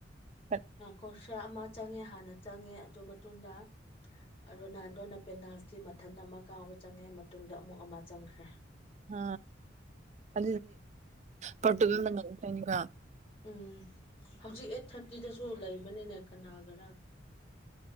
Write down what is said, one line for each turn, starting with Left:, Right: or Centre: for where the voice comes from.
Right: ꯑꯥ
Left: ꯄꯩꯁꯥ ꯑꯃ ꯆꯪꯉꯦ ꯍꯥꯟꯅ ꯆꯪꯉꯦ ꯑꯗꯨ ꯃꯇꯨꯡꯗ ꯔꯣꯅꯥꯜꯗꯣꯅ ꯄꯦꯅꯥꯜꯇꯤ ꯃꯊꯟ ꯑꯃ ꯀꯥꯎꯕ ꯆꯪꯉꯦ ꯃꯇꯨꯡꯗ ꯑꯃꯨꯛ ꯑꯃ ꯆꯪꯈ꯭ꯔꯦ
Right: ꯑ ꯑ ꯄꯒ
Left: ꯎꯝ ꯍꯧꯖꯤꯛ ꯑꯩꯠ ꯊꯥꯔꯇꯤꯗꯁꯨ ꯂꯩꯕꯅꯤꯅꯦ ꯀꯅꯥ ꯈꯔ